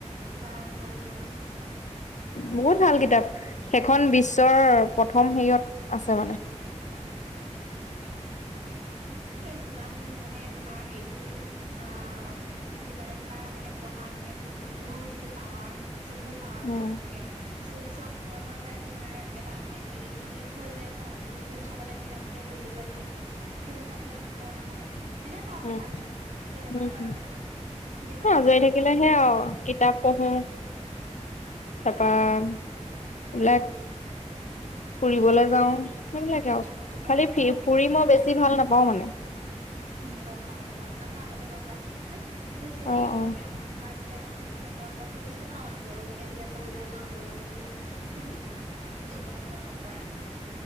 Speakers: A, on the right; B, on the left.
A: বাৰু বাৰু বাৰু সেনেকে
B: বহুত ভাল
A: সেয়া
B: কিতাপ।
A: আৰু সেই
B: সেইখন বিশ্বৰ প্ৰথম হেৰিয়ত আছে মানে।
A: উম, সেইটোয়ে যিমান মানে তোমাৰ হেৰিটো আহ, যিমানে তোমাৰ মানে পঢ়া তেতিয়া মানে চকুৰ যিটো পাৱাৰ চকুৰ পাৱাৰো
B: উম
A: ভাল হৈ থাকে। ফোন চোৱা সময়কণ মানে তোমাৰ এটা মানে হেৰি লিমিট হৈ যায় ন'। তুমি ফোন চাবলৈ কিতাপ যেতিয়া পঢ়ি থাকিবা, তেতিয়া তুমি ফোন চাবলে সময় নহয়। সেনেকোৱা
B: উম
A: কথাবিলাক, তেনেকুৱাই
B: উম
A: হয়
B: উম
A: আৰু যিমান
B: আজৰি
A: পাৰা
B: থাকিলেহে
A: মানে সেইটো কাৰণে
B: আৰু কিতাপ পঢ়ো, তাৰপৰা এইবিলাক ফুৰিবলৈ যাওঁ, সেইবিলাকে আৰু,
A: অ মই
B: খালি
A: আকৌ
B: ফ ফুৰি মই বেছি ভাল নাপাওঁ মানে।
A: উম, গম পাওঁ, কবাত তোমাক মই আগতে লগ পাইছো নহয়। তুমি ফুৰি
B: উম
A: একদম বেয়া অ' তোমাৰ যেতিয়া লগৰ জনীয়ে কয়, মই শুনিছো ন' লগৰ জনীয়ে যেতিয়া কয় ওলাই যাওঁ ব'লা বুলি, তেতিয়া তুমি যাবলে ম'ন নকৰা।